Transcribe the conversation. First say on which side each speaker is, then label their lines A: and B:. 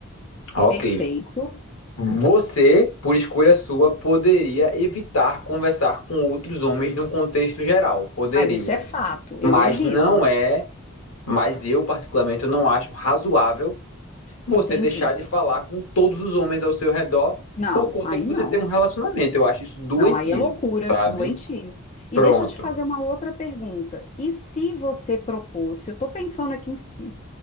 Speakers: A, on the left; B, on the left.
A: Ok.
B: perfeito,
A: Você, por escolha sua, poderia evitar conversar com outros homens num contexto geral. Poderia.
B: mas isso é fato, eu
A: Mas
B: evito.
A: não é, mas eu particularmente eu não acho razoável você
B: Entendi.
A: deixar de falar com todos os homens ao seu redor
B: Não,
A: por conta
B: aí
A: que
B: não.
A: você tem um relacionamento. Eu acho isso doentio,
B: Não, aí é loucura,
A: sabe?
B: doentio. E
A: Pronto.
B: deixa eu te fazer uma outra pergunta. E se você propôs, se eu estou pensando aqui em